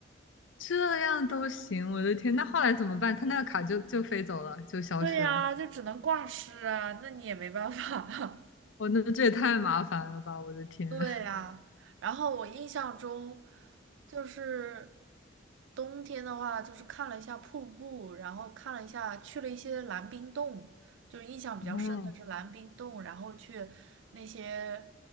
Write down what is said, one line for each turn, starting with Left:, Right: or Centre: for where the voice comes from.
Left: 这样都行，我的天，那后来怎么办？它那个卡就就飞走了，就消失了。
Right: 对呀，就只能挂失啊，那你也没办法。
Left: 我那这也太麻烦了吧，我的天。
Right: <laughs> 对呀，然后我印象中就是冬天的话，就是看了一下瀑布，然后看了一下去了一些蓝冰洞，就是印象比较深的是蓝冰洞，
Left: 嗯，
Right: 然后去那些